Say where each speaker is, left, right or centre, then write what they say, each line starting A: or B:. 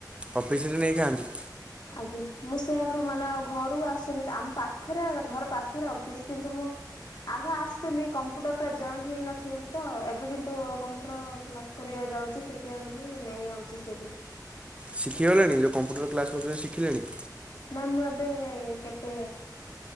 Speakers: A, on the right; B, on the left.
A: ଅଫିସରେ ନେଇଖାଆନ୍ତି?
B: ଆଜ୍ଞା ମୁଁ ସେଆଡରୁ ମାନେ ଆଉ ଘରକୁ ଆସୁନି ଆମ ପାଖରେ ଘର ପାଖରେ ଅଫିସ୍ କିନ୍ତୁ ମୁଁ ଆଗ ଆସୁଥିଲି କମ୍ପୁଟର ଟା ଜଏନ୍ ହେଇନଥିଲି ତ ଏବେ କିନ୍ତୁ କମ୍ପୁଟର କ୍ଲାସ କରିବାକୁ ଯାଉଛି ସେଥିପାଇଁ ବୋଲି ନେଇ ଆଉଛି ସେଇଠି।
A: ଶିଖିଗଲେଣି ଯୋଉ କମ୍ପ୍ୟୁଟର କ୍ଲାସ୍ କରୁଛନ୍ତି ଶିଖିଲେଣି?
B: ନା ମୁଁ ଏବେ କେତେ